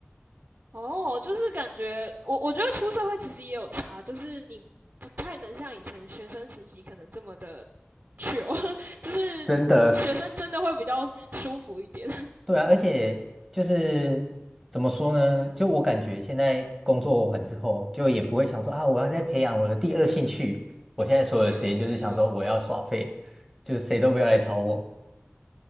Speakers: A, on the right; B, in the centre.
A: 哦，就是感觉我我觉得出社会其实也有差，就是你不太能像以前学生时期可能这么的 chill，<laughs> 就是
B: 真的，
A: 学生真的会比较舒服一点。<laughs> 嗯
B: 对啊，而且就是怎么说呢？就我感觉现在工作完之后，就也不会想说啊，我要再培养我的第二兴趣。我现在所有的时间就是想说我要耍废，
A: 嗯嗯嗯。
B: 就谁都不要来吵我。